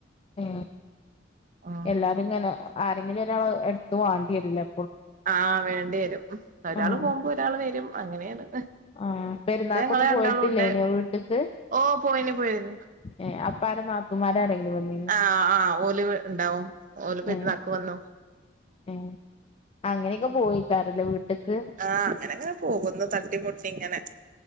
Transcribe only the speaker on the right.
ഉം
ആഹ് വേണ്ടി വരും ഒരാള്
പോകുമ്പോ ഒരാള് വരും അങ്ങനെയാണ്
ദേ നിങ്ങള് രണ്ടാളുണ്ട്
ഓ പോയിന് പോയിന്
ആ ആ ഓല് ഇണ്ടാവും ഓല് പെരിന്നാക്ക്
വന്നു
ആ അങ്ങനെ അങ്ങ് പോകുന്നു തട്ടിമുട്ടി ഇങ്ങനെ